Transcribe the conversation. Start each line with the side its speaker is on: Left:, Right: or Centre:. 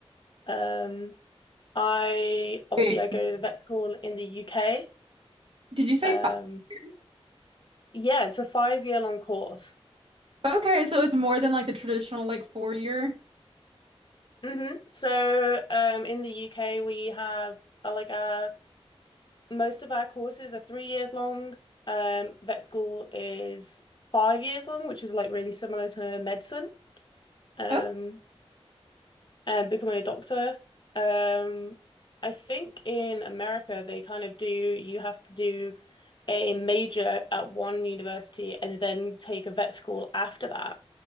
Left: Um, I obviously
Right: Wait,
Left: I go to the vet school in the UK.
Right: did you say
Left: Um,
Right: five years?
Left: yeah, it's a five year long course.
Right: Okay, so it's more than like the traditional like four year.
Left: Mm-hmm. So um in the UK we have uh, like uh most of our courses are three years long. Um, vet school is five years long, which is like really similar to medicine. Um,
Right: Oh,
Left: um, becoming a doctor. Um, I think in America they kind of do, you have to do a major at one university and then take a vet school after that.